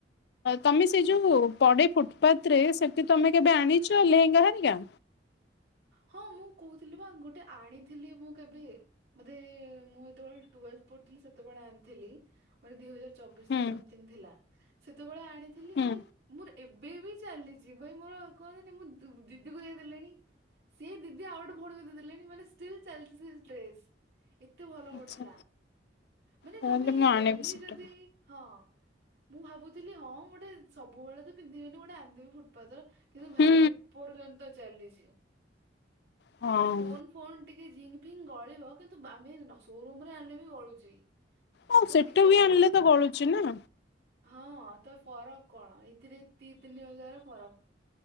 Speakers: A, on the left (about 60°); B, on the right (about 65°).
A: ତମେ ସେ ଯୋଉ ପଡେ ଫୁଟପାଥ ରେ ସେଠି ତମେ କେବେ ଆଣିଛ ଲେହେଙ୍ଗା ହାରିକା?
B: ହଁ ମୁଁ କହୁଥିଲି ବା ଗୋଟେ ଆଣିଥିଲି ମୁଁ କେବେ ବୋଧେ ମୁଁ ଯେତେବେଳେ ଟୁୱେଲ୍ଥ ପଢୁଥିଲି ସେତେବେଳେ ଆଣିଥିଲି ବୋଧେ ଦି ହଜାର ଚବିଶ
A: ହୁଁ
B: ନା ସମଥିଙ୍ଗ ଥିଲା ସେତେବେଳେ ଆଣିଥିଲି,
A: ହୁଁ
B: ମାନେ ମୋର ଏବେ ବି ଚାଲିଛି ଭାଇ ମୋର କୁହନ୍ତନି ମୁଁ ଦିଦିକୁ ଦେଇ ଦେଲେଣି। ସିଏ ଦିଦି ଆଉ ଗୋଟେ ଭଉଣୀକୁ ଦେଇ ଦେଲେଣି ମାନେ ଷ୍ଟିଲ୍ ଚାଲିଛି ସେ ଡ୍ରେସ୍। ଏତେ ଭଲ
A: ଆଚ୍ଛା।
B: ପଡିଥିଲା, ମାନେ
A: ତାହେଲେ
B: ତମେ
A: ମୁଁ ଆଣିବି
B: ଡେଲି
A: ସେଟା
B: ଯଦି ହଁ ମୁଁ ଭାବୁଥିଲି ହଁ ଗୋଟେ ସବୁବେଳେ ତ ପିନ୍ଧିବିନି ଗୋଟେ ଆଣିଦେବି ଫୁଟପାଥ ର କିନ୍ତୁ ଭାଇ
A: ହୁଁ
B: ଏପର୍ଯ୍ୟନ୍ତ ଚାଲିଛି।
A: ହଁ
B: ଷ୍ଟୋନ ଫୋନ୍ ଟିକେ ଜିଙ୍ଗ ଫିଙ୍ଗ ଗଳିବ କିନ୍ତୁ ଆମେ ସୋରୁମ ରୁ ଆଣିଲେ ବି ଗଳୁଛି।
A: ହଁ
B: କୋଉ
A: ସେଠୁ
B: ଟିକା
A: ବି
B: ରହୁଛି
A: ଆଣିଲେ ତ ଗଳୁଛି ନା।
B: ହଁ ତ ଫରକ କଣ ଏଇଥିରେ ଦି ତିନି ହଜାର ଫରକ।